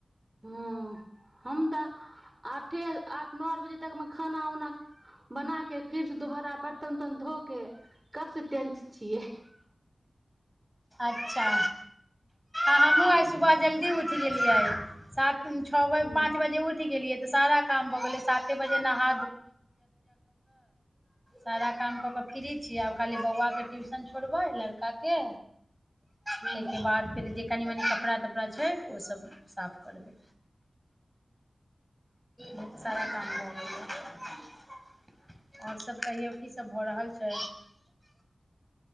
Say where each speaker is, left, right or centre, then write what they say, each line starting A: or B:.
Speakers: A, on the right (about 25°); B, in the centre.
A: ह हम तऽ आठे आठ नओ आठ बजे तक मे खाना उना बना के फिर दोबारा बर्तन उर्तन ध के कब से तेंच छियै
B: अच्छा हम सुबह जल्दी उठ के लिय आए साात छओ
A: हूँ
B: पाँच बजे उठ गेलियै सारा काम भऽ गेलै साते बजे नह सारा काम कऽ कऽ फ्री छी आब खाली बौआके ट्यूशन छोड़बै लड़काके
A: हूँ
B: ताहिके बाद फेर जे कनि मनी कपड़ा तपड़ा छै ओ सब साफ करबै त सारा काम भऽ गेल आओर सब कहियौ की सब भऽ रहल छै